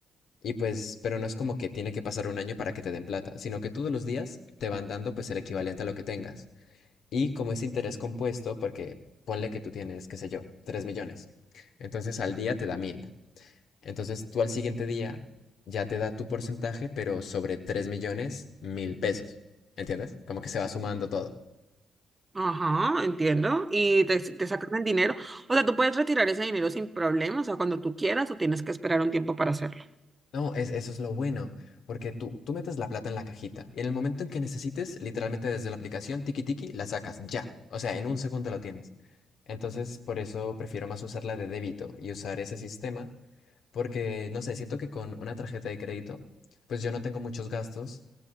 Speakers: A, on the left; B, on the right.
A: Y pues, pero no es como que tiene que pasar un año para que te den plata, sino que todos los días te van dando pues el equivalente a lo que tengas. Y como es interés compuesto, porque ponle que tú tienes, qué sé yo, 3 millones. Entonces al día te da mil. Entonces tú al siguiente día ya te da tu porcentaje, pero sobre 3 millones, mil pesos. ¿Entiendes? Como que se va sumando todo.
B: Ajá, entiendo. Y te, te sacan el dinero. O sea, tú puedes retirar ese dinero sin problemas, o sea, cuando tú quieras, o tienes que esperar un tiempo para hacerlo.
A: No, es, eso es lo bueno, porque tú, tú metes la plata en la cajita y en el momento en que necesites, literalmente desde la aplicación Tiki Tiki, la sacas ya. O sea, en un segundo lo tienes. Entonces, por eso prefiero más usar la de débito y usar ese sistema, porque, no sé, siento que con una tarjeta de crédito, pues yo no tengo muchos gastos,